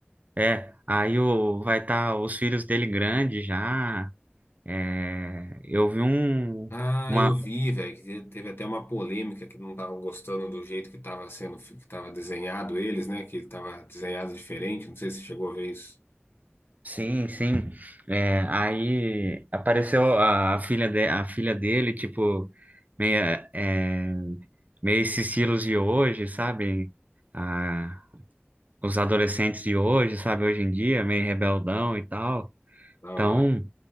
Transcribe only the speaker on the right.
É, aí o, vai estar os filhos dele grandes já. É, eu vi um,
uma.
Sim, sim. É, aí apareceu a, a filha de, a filha dele, tipo, meia, é, meio esses estilos de hoje, sabe? Ah, os adolescentes de hoje, sabe? Hoje em dia, meio rebeldão e tal.
Então,